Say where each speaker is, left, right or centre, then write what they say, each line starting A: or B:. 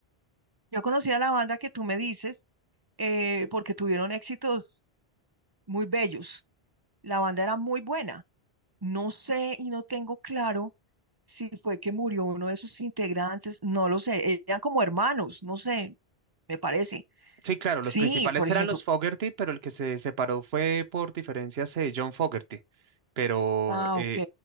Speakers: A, on the right; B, on the right.
A: Yo conocí a la banda que tú me dices eh, porque tuvieron éxitos muy bellos. La banda era muy buena. No sé y no tengo claro si fue que murió uno de sus integrantes, no lo sé. Eran como hermanos, no sé, me parece.
B: Sí, claro,
A: Sí,
B: los principales
A: por ejemplo.
B: eran los Fogerty, pero el que se separó fue por diferencias eh, John Fogerty. Pero,
A: Ah,
B: eh,
A: ok.